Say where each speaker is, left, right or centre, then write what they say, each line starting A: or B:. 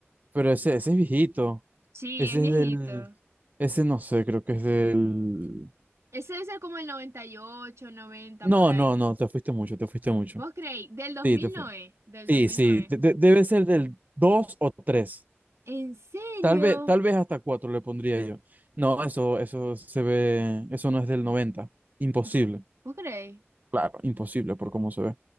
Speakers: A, on the right; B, on the right.
A: pero ese, ese es viejito.
B: Sí,
A: Ese
B: es viejito.
A: es del. Ese no sé, creo que es del.
B: Ese debe ser como el 98, 90
A: No,
B: por ahí.
A: no, no, te fuiste mucho, te fuiste mucho.
B: ¿Vos creéis? Del 2009,
A: Sí, te fuiste.
B: del
A: Sí,
B: 2009.
A: sí, de- de- debe ser del 2 o 3.
B: ¿En serio?
A: Tal vez, tal vez hasta 4 le pondría yo. No, eso, eso se ve. Eso no es del noventa, Imposible.
B: Vo- ¿Vos creéis?
A: Claro, imposible por cómo se ve.